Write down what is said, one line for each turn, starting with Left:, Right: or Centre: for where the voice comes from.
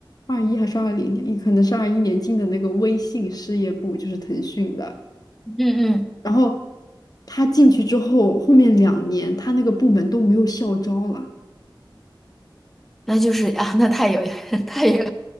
Left: 二一还是二零年，也可能是二一年进的那个微信事业部，就是腾讯的。
Centre: 嗯嗯，
Left: 然后他进去之后，后面两年他那个部门都没有校招了。
Centre: 那就是啊，那太有 <laughs> 太有，